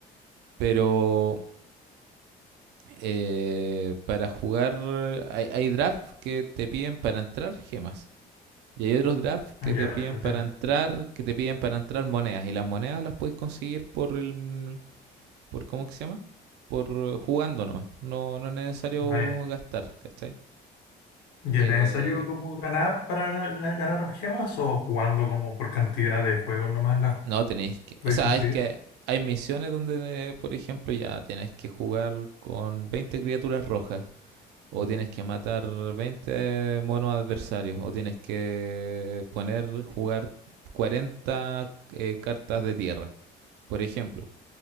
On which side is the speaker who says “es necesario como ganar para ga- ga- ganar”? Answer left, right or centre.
Left